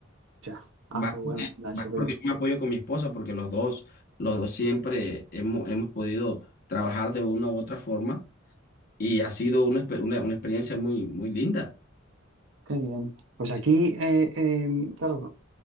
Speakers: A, on the right; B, on the left.
A: Ya. Ah,
B: Va,
A: qué bueno. Da, eso
B: va
A: qué
B: porque
A: bien.
B: yo me apoyo con mi esposa, porque los dos, los dos siempre hemos, hemos podido trabajar de una u otra forma y ha sido una, exper- una, una experiencia muy, muy linda.
A: Qué bien. Pues
B: Sí,
A: aquí, eh, eh, claro.